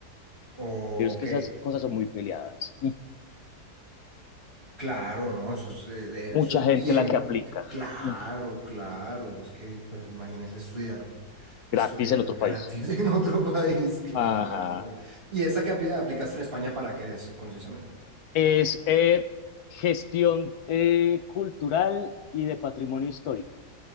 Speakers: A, on the right; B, on the left.
A: Ok.
B: Pero es que esas cosas son muy peleadas. Mm.
A: Claro, no, eso es, eh,
B: Mucha
A: eso es
B: gente
A: bien,
B: la que
A: mm,
B: aplica
A: claro,
B: mm.
A: claro, es que pues imagínese estudiar, estudiar
B: gratis en otro
A: gratis
B: país. Mm.
A: <laughs> en otro país, claro.
B: Ajá.
A: ¿Y esa que api- aplicaste en España para qué es concisamente?
B: Es eh, gestión eh, cultural y de patrimonio histórico.